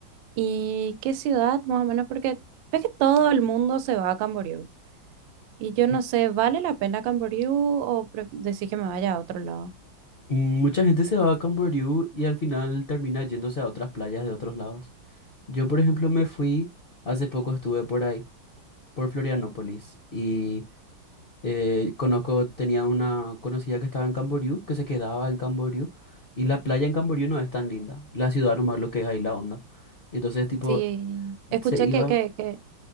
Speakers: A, on the right (about 75°); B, on the left (about 55°).
A: ¿Y qué ciudad, más o menos? Porque ves que todo el mundo se va a Camboriú. Y yo no sé, ¿vale la pena Camboriú o pre- decís que me vaya a otro lado?
B: Mm, Mucha gente se va a Camboriú y al final termina yéndose a otras playas de otros lados. Yo, por ejemplo, me fui, hace poco estuve por ahí, por Florianópolis, y eh, conozco, tenía una conocida que estaba en Camboriú, que se quedaba en Camboriú, y la playa en Camboriú no es tan linda, la ciudad nomás lo que es ahí la onda. Entonces, tipo,
A: Sí, escuché
B: se iba...
A: que, que, que,